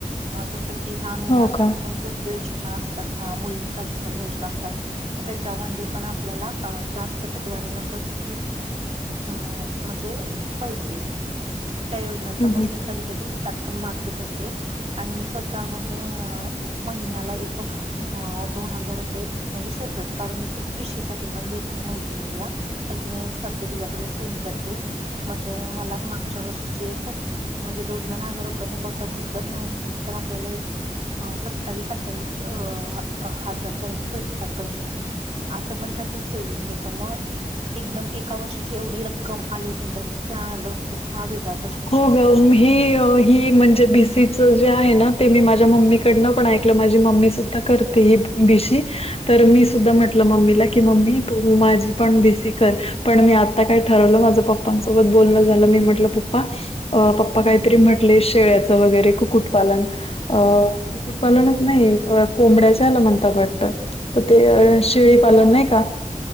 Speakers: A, on the right; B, on the left.
A: जस की की लहान मुलांसाठी
B: हो का?
A: पण खूप योजना असतात ह मुलींसाठी पण योजना असतात त्याच्यामध्ये पण आपल्याला जास्त टकेवारीन पण भेटत अ म्हणजे पैसे त्या योजनांचा
B: हं, हं.
A: पण मी कधी कधी त्यात पण भाग येत असते आणि मी स्वतः म्हणजे महिन्याला एक दोन हजार रुपये म्हणजे सेपरेट काढून एक बीशीसाठी पण देते मैत्रिणीला मै्रि कर तकड सेंड करते म्हणजे मला मा च्या वर्षीची एक म्हणजे दोन दोन हजार रुपयाने बकडली तर नाही म्हणजे तर आपल्याला एक अ सत्तावीस अठ्ठावीस अ हजार पर्यंत भेटतात पैसे असं पण त्यातून सेव्हंग होतं मग एकदम एका वर्षाची एवढी रक्कम आल्या नंतर किती आनंद होतो हा वेगळाच असू
B: हो
A: शकतो
B: ग ही ही म्हणजे बीसीच जे आहे ना ते मी माझ्या मम्मीकडन पण ऐकलं माझी मम्मी सुद्धा करते ते बी सी तर मी सुद्धा म्हटलं मम्मीला की मम्मी तू माझी पण बीसी कर पण मी आता काय ठरवलं माझं पप्पांसोबत बोलण झालंी म्हटलं प् पप्पा काहीतरी म्हटले शेळ्याच वगैरे कुक्कुटपालन अ नाही कोबड्या म्हणतात वा चिळी
A: हम्म
B: पालन
A: खूप
B: नाही
A: कुटुंब
B: काा